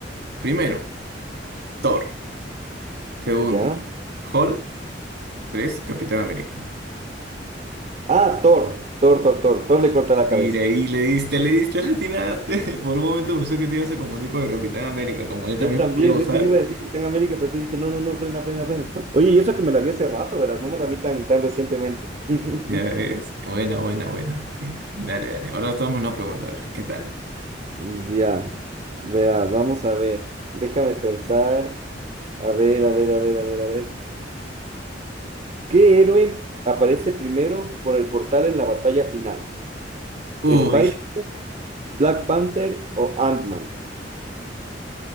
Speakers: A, on the right; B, on the right.
A: Primero, Thor. Segundo,
B: ¿Ya?
A: Hulk. Tres, Capitán América.
B: Ah, Thor, Thor, Thor, Thor. Thor le corta la
A: Mira,
B: cabeza.
A: ahí le diste, le diste, le atinaste. <laughs> Por un momento pensé que te ibas a confundir con el Capitán América, como él también
B: Yo también,
A: puede usar.
B: de hecho iba a decir que está en América, pero después dije, no, no, no, frena, frena, frena. Oye, y eso que me la vi hace rato, ¿verdad? No me la vi tan, tan recientemente. <laughs>
A: Ya ves, buena, buena, buena. Bien, Dale, dale, ahora tomamos una pregunta, a ver, ¿qué tal?
B: Ya, veas, vamos a ver. Déjame pensar. A ver, a ver, a ver, a ver, a ver. ¿Qué héroe aparece primero por el portal en la batalla final?
A: Uy,
B: ¿Spider, Black Panther o Ant-Man?